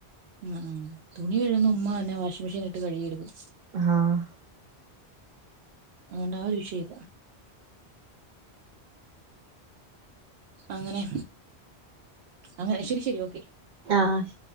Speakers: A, on the right (about 75°); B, on the right (about 45°).
A: ഉം ഉം തുണി തുണി കഴുകുന്ന ഉമ്മ തന്നെ വാഷിംഗ്‌ മെഷീനിലിട്ട് കഴുകിയെടുക്കും.
B: ആഹ്
A: അതുകൊണ്ട് ആ ഒരു വിഷയില്ല. അങ്ങനെ അങ്ങനെ ശരി ശരി ഓക്കെ
B: ആഹ് ശ